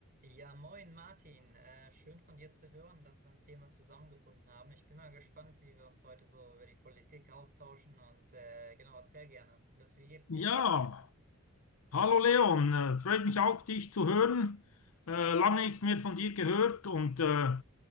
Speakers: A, on the right; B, on the left.
A: Ja, moin Martin. Äh, schön von dir zu hören, dass wir uns hier mal zusammengefunden haben. Ich bin mal gespannt, wie wir uns heute so über die Politik austauschen und äh, genau, erzähl gerne. Was, wie geht's
B: Ja,
A: dir?
B: hallo Leon, äh, freut mich auch, dich zu hören. Äh, lange nichts mehr von dir gehört und äh,